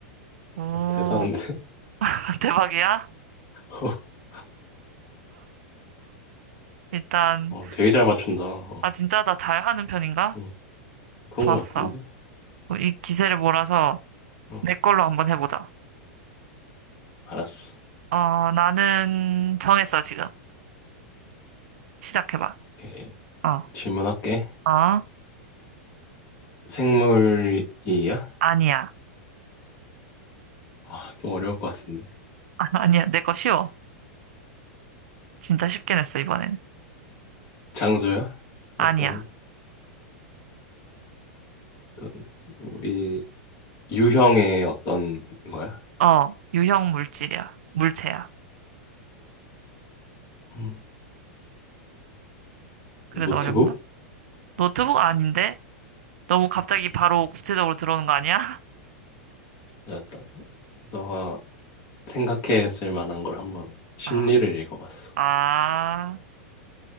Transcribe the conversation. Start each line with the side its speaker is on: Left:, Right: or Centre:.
Right: 오,
Left: 어, 대단한데?
Right: <laughs> 대박이야?
Left: <laughs>
Right: 일단,
Left: 어, 되게 잘 맞춘다. 어,
Right: 아, 진짜 나 잘하는 편인가?
Left: 어, 그런
Right: 좋았어.
Left: 것 같은데?
Right: 그럼 이 기세를 몰아서
Left: 어.
Right: 내 걸로 한번 해보자.
Left: 알았어.
Right: 어, 나는 정했어, 지금. 시작해봐.
Left: 오케이.
Right: 어,
Left: 질문할게.
Right: 어,
Left: 생물이야?
Right: 아니야.
Left: 아, 또 어려울 것 같은데.
Right: <laughs> 아, 니야 내 거 쉬워. 진짜 쉽게 냈어, 이번엔.
Left: 장소야? 어떤,
Right: 아니야.
Left: 어떤, 우리 유형의 어떤 거야?
Right: 어, 유형 물질이야. 물체야.
Left: 음,
Right: 그래도
Left: 노트북?
Right: 어렵나? 노트북 아닌데? 너무 갑자기 바로 구체적으로 들어오는 거 아니야?
Left: 야, 나- 너가 생각했을 만한 걸 한번 심리를
Right: <laughs>
Left: 읽어봤어.
Right: 아, 아.